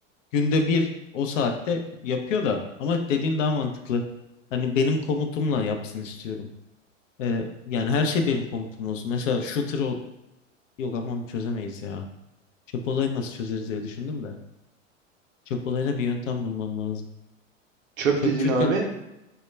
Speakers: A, on the left; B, on the right.
A: Günde bir o saatte yapıyor da ama dediğin daha mantıklı. Hani benim komutumla yapsın istiyorum. Ee, yani her şey benim komutumla olsun. Mesela shooter ol- yok ama onu çözemeyiz ya. Çöp olayı nasıl çözeriz diye düşündüm de. Çöp olayına bir yöntem bulmam lazım.
B: Çöp
A: Çöp
B: dedin
A: çünkü
B: abi.